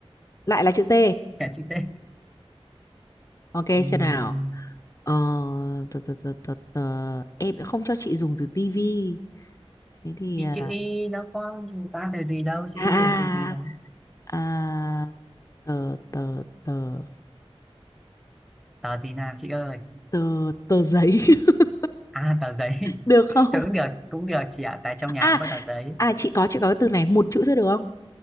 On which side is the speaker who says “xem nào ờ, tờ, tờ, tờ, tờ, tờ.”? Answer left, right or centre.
Left